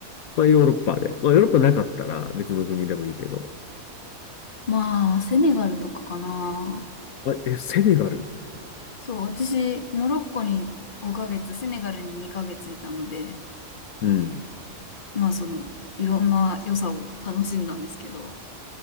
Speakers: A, on the left; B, on the left.
A: まあヨーロッパで。まあヨーロッパなかったら別の国でもいいけど。
B: まあ、セネガルとかかな。
A: あ、え、セネガル。
B: そう、私、モロッコに5ヶ月、セネガルに2ヶ月いたので、
A: うん。
B: まあ、その、いろんな良さを楽しんだんですけど、